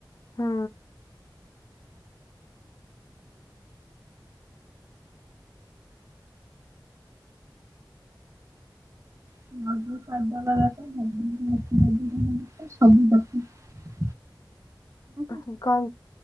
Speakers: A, on the left (about 50°); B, on the right (about 40°).
A: ହୁଁ।
B: <unintelligible> ସବୁ ଦରକାର।
A: ଉଠି କଂ।